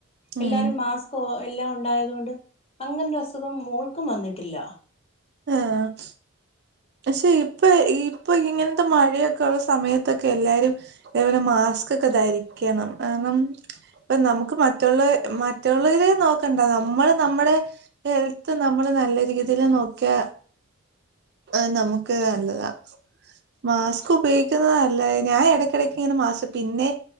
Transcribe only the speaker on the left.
എല്ലാരും മാസ്കോ എല്ലാം ഉണ്ടായത കൊണ്ട് അങ്ങനെ അസുഖം മോൾക്കും വന്നിട്ടില്ല.